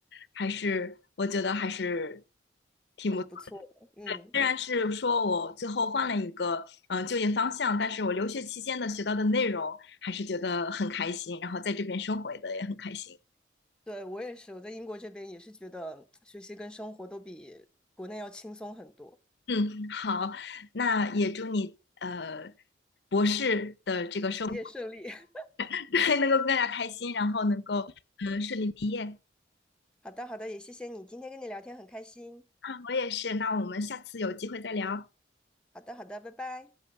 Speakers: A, on the left; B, in the centre.
A: 还是我觉得还是挺不错。
B: 还是不错的。嗯，
A: 虽然是说我最后换了一个呃就业方向，但是我留学期间的学到的内容还是觉得很开心，然后在这边生活的也很开心。
B: 对，我也是，我在英国这边也是觉得学习跟生活都比国内要轻松很多，
A: 嗯，好，那也祝你呃博士的这个生。
B: 学业顺利。<laughs>
A: <laughs> 能够更加开心，然后能够嗯顺利毕业
B: 好的，好的，也谢谢你，今天跟你聊天很开心。
A: 啊！我也是，那我们下次有机会再聊。
B: 好的，好的，拜拜。